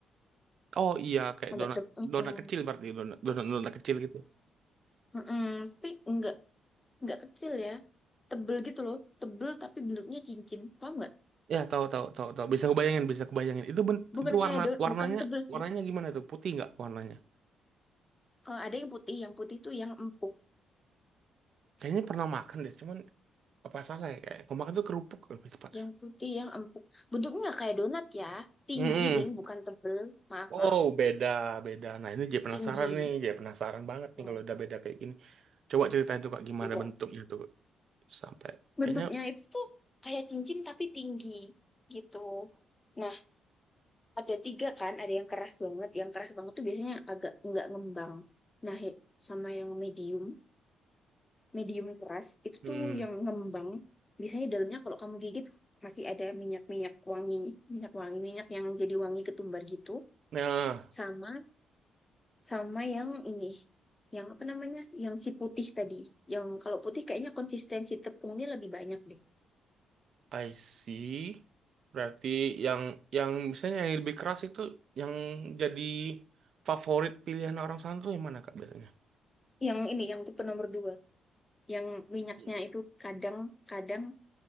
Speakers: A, on the right; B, on the left.
A: Oh iya kayak
B: agak
A: donat
B: tebel.
A: donat kecil berarti donat donat, donat kecil gitu.
B: Tapi enggak enggak kecil ya, tebel gitu loh, tebel tapi bentuknya cincin, paham enggak?
A: Ya tahu tahu tahu tahu. Bisa kebayangin bisa kebayangin. Itu bent
B: Bukan
A: itu
B: kayak
A: warna
B: daun,
A: warnanya
B: bukan tebel sih.
A: warnanya gimana tuh? Putih nggak warnanya?
B: Eh, ada yang putih, yang putih tuh yang empuk,
A: Kayaknya pernah makan deh. Cuman apa salah ya kayak kemarin tuh kerupuk lebih cepat
B: yang putih yang empuk. Bentuknya enggak kayak donat ya, tinggi
A: Mm-mm.
B: deng, bukan tebel. Maaf
A: Wow,
B: maaf.
A: beda, beda. Nah, ini jadi penasaran
B: tinggi.
A: nih, jadi penasaran banget nih
B: Hmm,
A: kalau udah beda kayak gini. Coba ceritain tuh Kak, gimana
B: gitu.
A: bentuknya tuh sampai kayaknya
B: Bentuknya itu tuh kayak cincin tapi tinggi gitu. Nah, ada tiga kan, ada yang keras banget. Yang keras banget tuh biasanya agak nggak ngembang. Nah, he- sama yang medium, medium keras itu
A: hmm.
B: tuh yang ngembang. Biasanya dalamnya kalau kamu gigit masih ada minyak-minyak wangi, minyak wangi, minyak yang jadi wangi ketumbar gitu.
A: Nah,
B: Sama sama yang ini, yang apa namanya, yang si putih tadi. Yang kalau putih kayaknya konsistensi tepungnya lebih banyak deh.
A: I see. Berarti yang yang misalnya yang lebih keras itu yang jadi favorit pilihan orang sana tuh yang mana Kak biasanya?
B: yang ini yang tipe nomor dua yang minyaknya
A: I-
B: itu kadang-kadang